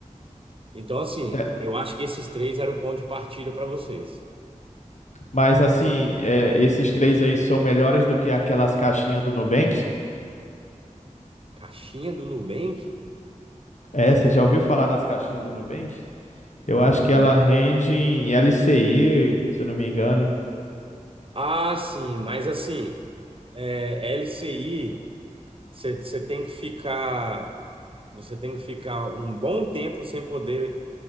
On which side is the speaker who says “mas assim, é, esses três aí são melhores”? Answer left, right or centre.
Left